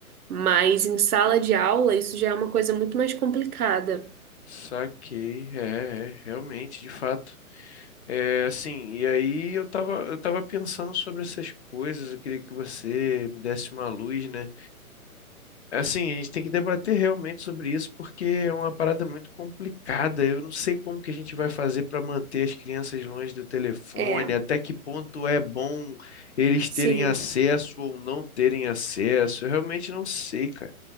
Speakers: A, on the right (about 85°); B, on the left (about 50°).
A: Mas em sala de aula isso já é uma coisa muito mais complicada.
B: Saquei, é, é, realmente, de fato. É, assim, e aí eu tava, eu tava pensando sobre essas coisas, eu queria que você me desse uma luz, né? Assim, a gente tem que debater realmente sobre isso, porque é uma parada muito complicada. Eu não sei como que a gente vai fazer para manter as crianças longe do telefone,
A: É,
B: até que ponto é bom eles
A: sim.
B: terem acesso ou não terem acesso. Eu realmente não sei, cara.